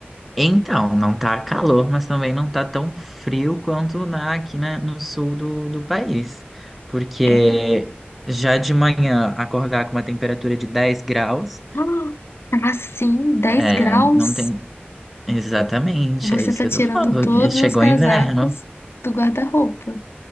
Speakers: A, in the centre; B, on the left.
A: Então, não tá calor, mas também não tá tão frio quanto na, aqui na, no sul do, do país. Porque
B: É.
A: já de manhã acordar com uma temperatura de 10 graus.
B: Ah, assim, 10
A: É,
B: graus.
A: não tem. Exatamente,
B: Você
A: é isso
B: tá
A: que
B: tirando
A: eu tô falando.
B: todos
A: Chegou
B: os casacos
A: o inverno.
B: do guarda-roupa.